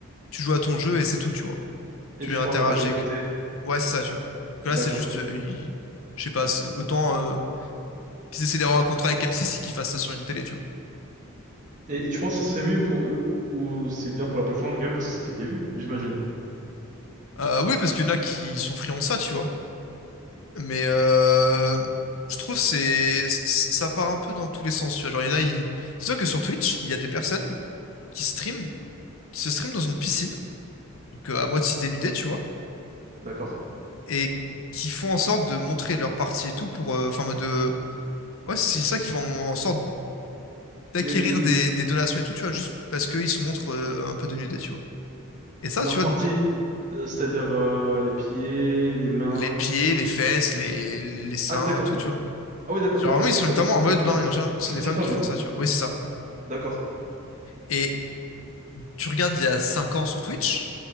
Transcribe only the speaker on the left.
tu joues à ton jeu et c'est tout, tu vois.
Tu
interagis
avec... Ouais, c'est ça, tu vois. Que
là, c'est juste, euh, il- je sais pas, c'est- autant euh, qu'ils essaient d'avoir un contrat avec M6 et qu'ils fassent ça sur une télé, tu vois.
Euh, oui, parce qu'il y en a qui sont friands de ça, tu vois. Mais euh, je trouve c'est c- ça part un peu dans tous les sens. tu vois. Genre, il y en a, ils... Dis-toi que sur Twitch, il y a des personnes qui streament, qui se streament dans une piscine, donc euh, à moitié dénudées, tu vois,
et qui font en sorte de montrer leur partie et tout pour... euh, Enfin, en mode... euh, Ouais, c'est ça qui font en sorte d'acquérir
des, des donations et tout, tu vois, juste parce qu'ils se montrent euh, un peu dénudés, tu vois. Et ça,
tu vois,
de-
les pieds, les fesses, les, les, les seins,
tout, tu vois.
Genre,
vraiment,
ils sont
littéralement
en mode
bain, et en général, c'est
des
femmes
qui font ça, tu vois. Oui, c'est ça.
Et tu regardes il y a 5 ans sur Twitch,